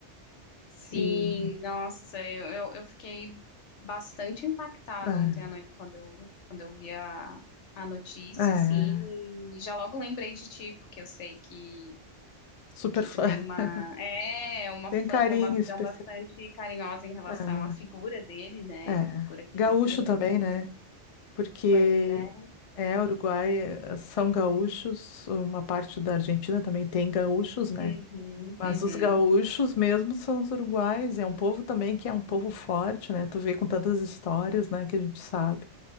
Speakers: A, on the left; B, on the left.
A: Sim,
B: E
A: nossa, eu, eu, eu fiquei bastante impactada
B: ah,
A: ontem à noite quando eu, quando eu vi a, a notícia,
B: é,
A: assim, e já logo lembrei de ti, porque eu sei que,
B: super
A: que
B: fã.
A: tu tem uma,
B: <laughs>
A: é, uma
B: Tem
A: fã,
B: um carinho
A: tem uma visão
B: especial.
A: bastante carinhosa em relação
B: É,
A: à figura dele, né?
B: é.
A: A figura que
B: Gaúcho
A: ele, que ele representou.
B: também, né? porque
A: Pois é.
B: é Uruguai, eh, são gaúchos, uma parte da Argentina também tem gaúchos, né?
A: Uhum,
B: Mas
A: uhum.
B: os gaúchos mesmo são os uruguais, é um povo também que é um povo forte, né? Tu vê com tantas histórias, né, que a gente sabe.